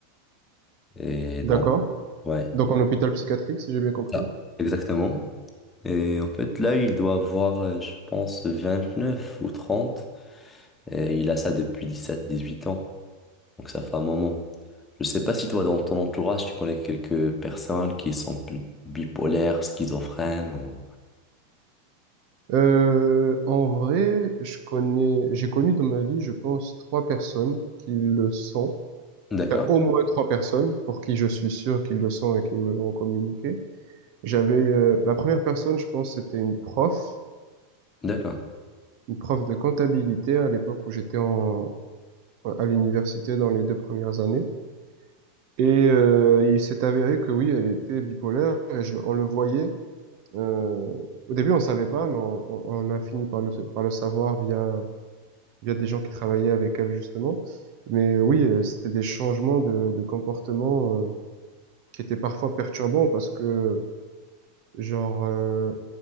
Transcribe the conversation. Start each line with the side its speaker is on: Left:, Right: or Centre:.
Left: Et
Right: d'accord.
Left: donc, ouais,
Right: Donc en hôpital psychiatrique, si j'ai bien compris.
Left: ça, exactement. Et en fait, là, il doit avoir, euh, je pense, 29 ou trente Et il a ça depuis dix sept dix huit ans. Donc ça fait un moment. Je sais pas si toi, dans ton entourage, tu connais quelques personnes qui sont pl- bipolaires, schizophrènes ou...
Right: Euh, en vrai, je connais, j'ai connu dans ma vie, je pense, trois personnes qui le sont.
Left: D'accord,
Right: Enfin, au moins trois personnes pour qui je suis sûr qu'ils le sont et qui me l'ont communiqué. J'avais, euh, la première personne, je pense, c'était une prof,
Left: d'accord.
Right: une prof de comptabilité à l'époque où j'étais en, à l'université dans les deux premières années. Et euh, il s'est avéré que oui, elle était bipolaire et je, le- on le voyait. euh, au début, on ne savait pas, mais on, on- on a fini par le, par le savoir via, via des gens qui travaillaient avec elle justement. Mais euh, oui, euh, c'était des changements de, de comportement euh, qui étaient parfois perturbants parce que genre euh,